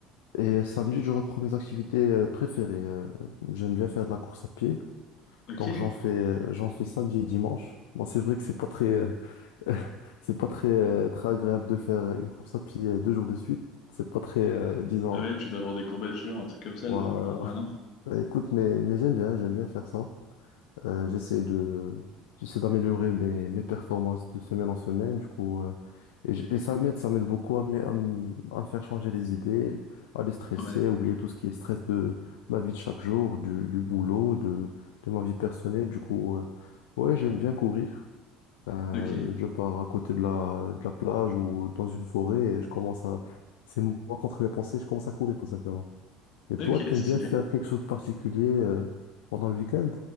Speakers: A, on the left (about 85°); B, on the left (about 60°).
A: et samedi je reprends mes activités euh, préférées. Euh, j'aime bien faire de la course à pied.
B: Ok.
A: Donc j'en fais euh, j'en fais samedi et dimanche. Bon, c'est vrai que c'est pas très euh, <laughs> c'est pas très euh, très agréable de faire une course à pied euh, deux jours de suite. C'est pas très euh, disons
B: Ah Ouais, tu dois avoir des courbatures, un truc comme ça
A: Ouah,
B: le le lendemain, non?
A: <laughs> bah, écoute mais mais j'aime bien, j'aime bien faire ça. Euh, j'essaie de, j'essaie d'améliorer mes, mes performances de semaine en semaine, du coup, euh, et, j- et ça m'aide, ça m'aide beaucoup à, me- à, me à me faire changer les idées, à déstresser,
B: Ouais.
A: à oublier tout ce qui est stress de ma vie de chaque jour, du, du boulot, de, de ma vie personnelle, du coup, euh, ouais, j'aime bien courir. Euh,
B: Ok.
A: je pars à côté de la, de la plage ou dans une forêt et je commence à, c'est moi contre mes pensées, je commence à courir tout simplement. Et
B: Ok,
A: toi, t'aimes
B: stylé.
A: bien faire quelque chose de particulier, euh, pendant le week-end?